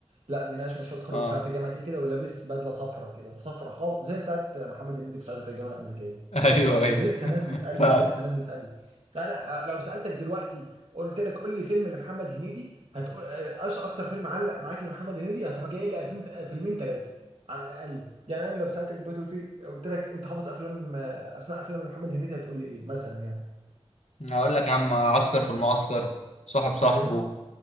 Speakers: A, on the right; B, on the left.
A: لا بيناقش مشروع التخرج
B: اه
A: مش عارف في جامعه ايه كده ولابس بدله صفراء كده صفراء خالص زي بتاعت محمد هنيدي في سعاده في الجامعه الامريكيه
B: <laughs> ايوه ايوه
A: لسه ناس بتقلد
B: ف
A: لسه ناس بتقلد انا لو سالتك دلوقتي قلت لك قول لي فيلم لمحمد هنيدي هتقول ايش اكتر فيلم علق معاك لمحمد هنيدي هتروح جاي لي 2000 فيلمين ثلاثه على الاقل يعني انا لو سالتك دلوقتي قلت لي قلت لك انت حافظ افلام آه، اسماء افلام لمحمد هنيدي هتقول لي ايه مثلا يعني
B: هقول لك يا عم عسكر في المعسكر صاحب صاحبه
A: ايوه